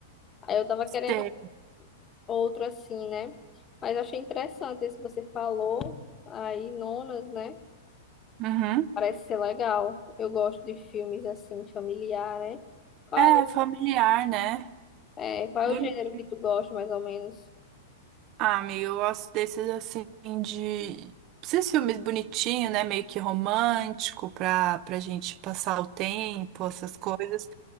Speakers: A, on the left; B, on the right.
A: Aí eu tava querendo
B: Sei.
A: outro assim, né? Mas achei interessante esse que você falou. Aí, nonas, né?
B: Uhum.
A: Parece ser legal. Eu gosto de filmes assim, familiar, né? Qual
B: É
A: é
B: familiar, né?
A: É, qual
B: Boni-
A: é o gênero que tu gosta, mais ou menos?
B: Ah, amiga, eu gosto desses assim de esses filmes bonitinhos, né? Meio que romântico pra, pra gente passar o tempo, essas coisas.